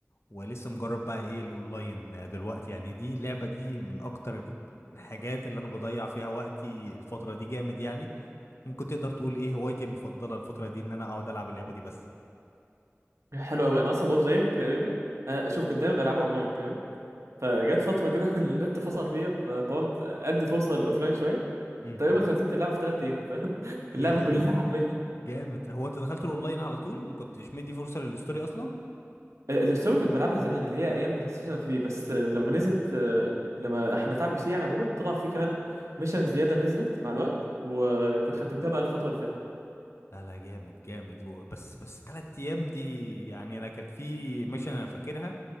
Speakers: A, on the left (about 60°); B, on the right (about 75°).
A: ولسه مجرب بقى ايه الاونلاين دلوقتي يعني دي اللعبه دي من اكتر الحاجات اللي انا بضيع فيها وقتي الفتره دي جامد يعني ممكن تقدر تقول ايه هوايتي المفضله الفتره دي ان انا اقعد العب اللعبه دي بس
B: حلو قوي انا اصلا برضه زيك تقريبا أنا شوف كنت دايما بلعبها اونلاين تمام فجت فتره كده <laughs> النت فصل فيا فقررت ادي فرصه للاوفلاين شويه
A: امم
B: تقريبا ختمت اللعبه في ثلاث ايام ف... <laughs> اللعبه
A: جامد
B: كلها حرفيا
A: جامد هو انت دخلت الاونلاين على طول ما كنتش مدي فرصه للستوري اصلا
B: آه، الستوري كنت بلعبها زمان اللي هي ايام بلاي ستيشن 3 بس آه، لما نزلت آه، لما حملتها على البي سي يعني عموما طلع فيه كمان ميشن زياده نزلت مع الوقت وكنت ختمتها بقى الفتره اللي فاتت
A: لا لا جامد جامد و- بس بس تلات ايام دي يعني انا كانت في ميشن انا فاكرها